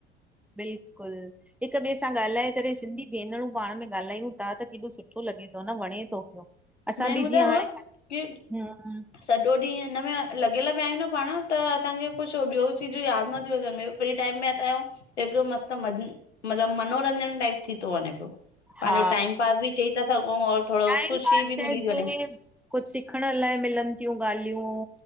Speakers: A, in the centre; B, on the left.
A: बिल्कुलु। हिक ॿे सां ॻाल्हाए करे, सिंधी भेनरूं पाण में ॻाल्हायूं ता त केॾो सुठो लॻे तो न वणे तो पियो। असां
B: मेन
A: बि
B: ॿुधायांव
A: जीअं हाणे
B: की सॼो ॾींहुं हिनमें लॻियल पिया आहियूं न पाण त असांखे कुछु ॿियो चीजूं यादि नथियूं अचनि ॿियो फ्री टाइम में असांजो एॾो मस्त मतलबु मनोरंजन टाइप थी तो वञे पियो। पंहिंजो
A: हा
B: टाइम पास बि चई था सघूं और थोरो
A: टाइम
B: ख़ुशी
A: पास
B: बि
A: चयजे,
B: मिली थी वञे
A: कुझु सिखण लाइ मिलनि थियूं ॻाल्हियूं।